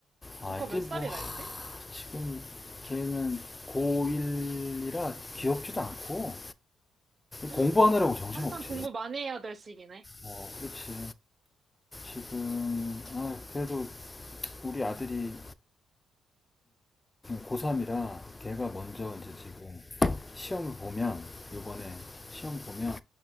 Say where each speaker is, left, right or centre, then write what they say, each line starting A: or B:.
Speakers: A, on the left; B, on the right.
A: 아
B: 조카 몇
A: 이게
B: 살이라
A: 뭐
B: 했지?
A: 지금 걔는 고1이라 귀엽지도 않고
B: <gasps>
A: 공부하느라고 정신없지.
B: 한참 공부 많이 해야 될 시기네.
A: 어, 그렇지. 지금, 아, 그래도 우리 아들이 고3이라 걔가 먼저 이제 지금 시험을 보면, 요번에 시험 보면